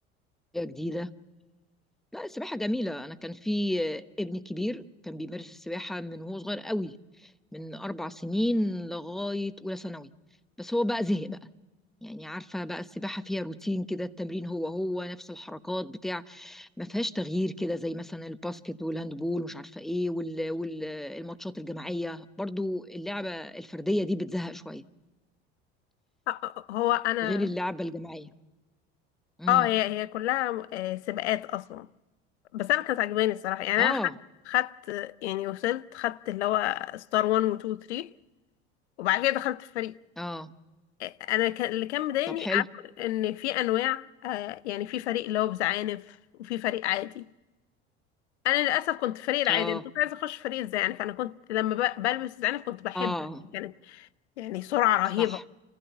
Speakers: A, in the centre; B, on the left.
A: جديدة لا السباحة جميلة أنا كان في آه، ابني كبير كان بيمارس السباحة من وهو صغير قوي من أربع سنين لغاية أولى ثانوي بس هو بقى زهق بقى يعني عارفة بقى السباحة فيها روتين كده التمرين هو هو نفس الحركات بتاع ما فيهاش تغيير كده زي مثلا الباسكت والهاندبول ومش عارفة إيه وال- والماتشات الجماعية برضو اللعبة الفردية دي بتزهق شوية
B: آه آه، آه، هو انا
A: غير اللعبة الجماعية امم
B: اه هي هي كلها آه سباقات اصلا بس انا كانت عجباني الصراحة يعني
A: اه
B: انا خدت خدت يعني وصلت خدت اللي هو ستار 1 و 2 و 3 وبعد كده دخلت في فريق
A: اه
B: انا كان اللي كان مضايقني
A: طب حلو
B: عارف ان في انواع آه يعني في فريق اللي هو بزعانف وفي فريق عادي انا للاسف كنت فريق العادي
A: اه
B: انا كنت عايزه اخش فريق الزعانف انا كنت لما ب- بلبس الزعانف كنت بحب
A: اه
B: عشان كانت يعني سرعه
A: صح
B: رهيبه